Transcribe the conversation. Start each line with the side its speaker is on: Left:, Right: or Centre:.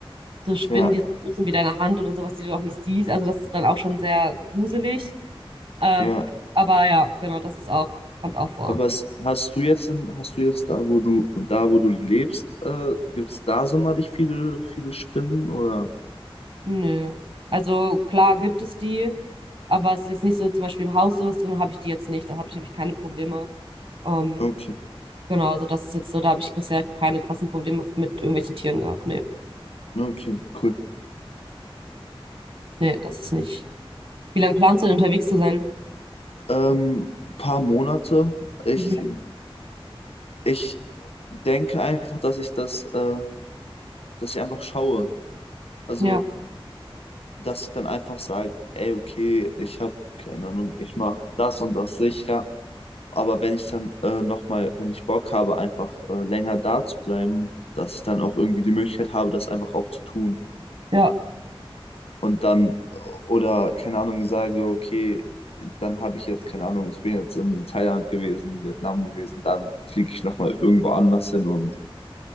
Right: so Spinnen,
Left: ja,
Right: die so groß sind wie deine Hand oder sowas, die du auch nicht siehst. Also das ist dann auch schon sehr gruselig. Ähm,
Left: ja.
Right: aber ja, genau, das ist auch, kommt auch vor.
Left: Aber es, hast du jetzt in, hast du jetzt da, wo du, da, wo du lebst, äh, gibt es da sonderlich viele, viele Spinnen oder?
Right: Nö. Also klar gibt es die, aber es ist jetzt nicht so, zum Beispiel im Haus sowas drin habe ich die jetzt nicht. Da habe ich, hab ich keine Probleme. Ähm,
Left: Okay,
Right: genau, also das ist jetzt so, da habe ich bisher keine krassen Probleme mit irgendwelchen Tieren gehabt. Nee.
Left: okay, cool.
Right: Nee, das ist nicht. Wie lange planst du denn unterwegs zu sein?
Left: Ähm, paar Monate. Ich
Right: Mhm.
Left: Ich denke einfach, dass ich das, äh, dass ich einfach schaue. Also,
Right: Ja,
Left: dass ich dann einfach sage, ey, okay, ich habe keine Ahnung, ich mache das und das sicher. Aber wenn ich dann äh, nochmal, wenn ich Bock habe, einfach äh, länger da zu bleiben, dass ich dann auch irgendwie die Möglichkeit habe, das einfach auch zu tun.
Right: ja,
Left: Und dann, äh, oder keine Ahnung, sage, okay, dann habe ich jetzt, keine Ahnung, ich bin jetzt in Thailand gewesen, Vietnam gewesen, dann fliege ich nochmal irgendwo anders hin und